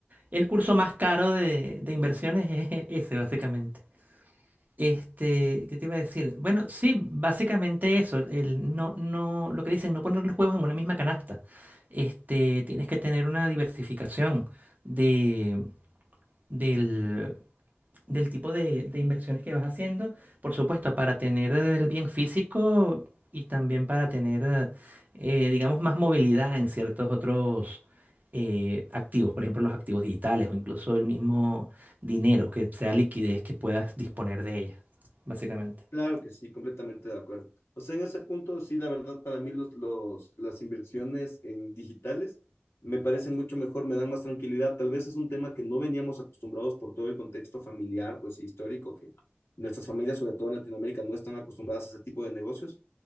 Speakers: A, on the right; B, on the left.
A: El curso más caro de, de inversiones es e, ese, básicamente. Este, ¿qué te iba a decir? Bueno, sí, básicamente eso. El no, no, lo que dicen, no poner los huevos en una misma canasta. Este, tienes que tener una diversificación de, del del tipo de, de inversiones que vas haciendo, por supuesto, para tener eh, el bien físico y también para tener, eh, eh, digamos, más movilidad en ciertos otros eh, activos, por ejemplo, los activos digitales o incluso el mismo dinero, que sea liquidez que puedas disponer de ella, básicamente.
B: Claro que sí, completamente de acuerdo. O sea, en ese punto, sí, la verdad, para mí los, los, las inversiones en digitales me parecen mucho mejor, me dan más tranquilidad. Tal vez es un tema que no veníamos acostumbrados por todo el contexto familiar, pues histórico, que nuestras familias, sobre todo en Latinoamérica, no están acostumbradas a ese tipo de negocios.